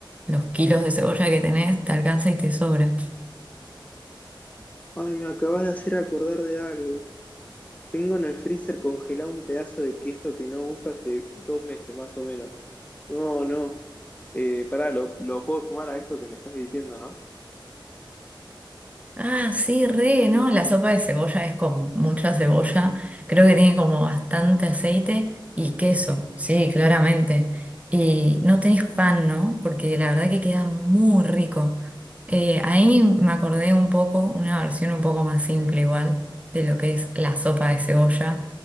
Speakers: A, on the right; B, on the left.
A: los kilos de cebolla que tenés te alcanza y te sobra.
B: Ay, me acabas de hacer acordar de algo. Tengo en el freezer congelado un pedazo de queso que no uso hace dos meses más o menos. No, no. Eh, pará, lo, lo puedo sumar a esto que me estás diciendo, ¿no?
A: Ah, sí, re, ¿no? La sopa de cebolla es con mucha cebolla. Creo que tiene como bastante aceite y queso, sí, claramente. Y no tenés pan, ¿no? Porque la verdad que queda muy rico. Eh, ahí me acordé un poco, una versión un poco más simple igual, de lo que es la sopa de cebolla.